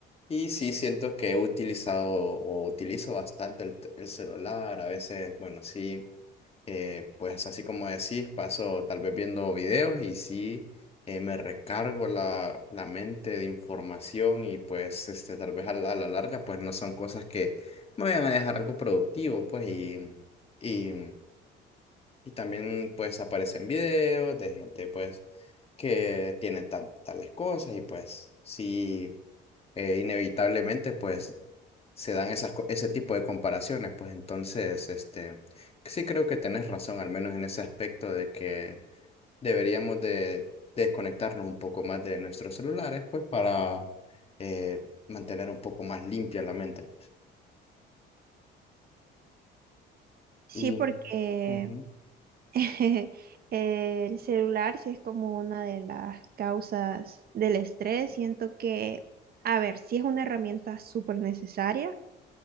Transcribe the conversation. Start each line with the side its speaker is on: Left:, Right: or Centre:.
Left: Y sí siento que he utilizado o utilizo bastante el, t- el celular. A veces, bueno, sí. eh, pues así como decís, paso tal vez viendo videos y sí eh, me recargo la, la mente de información y pues este, tal vez a la, a la larga pues no son cosas que me vayan a dejar algo productivo pues y, y, y también pues aparecen videos de gente pues que tiene tan- tales cosas y pues sí eh, inevitablemente pues se dan esas, co- ese tipo de comparaciones, pues entonces, este, sí creo que tenés razón, al menos en ese aspecto de que deberíamos de desconectarnos un poco más de nuestros celulares, pues para eh, mantener un poco más limpia la mente, pues.
Right: Sí,
Left: Y
Right: porque
Left: ujú.
Right: <laughs> el celular sí es como una de las causas del estrés. Siento que, a ver, sí es una herramienta súper necesaria,